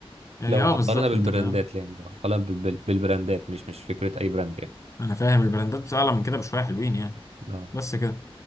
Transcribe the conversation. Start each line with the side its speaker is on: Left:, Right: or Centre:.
Left: يعني
Right: لو
Left: اه
Right: هقارنها
Left: بالظبط
Right: بالبراندات
Left: انت فاهم
Right: يعني لو هقارنها بالبل- بالبراندات مش مش فكرة أي براند يعني
Left: انا فاهم البراندات اعلى من كده بشويه حلوين يعني
Right: اه
Left: بس كده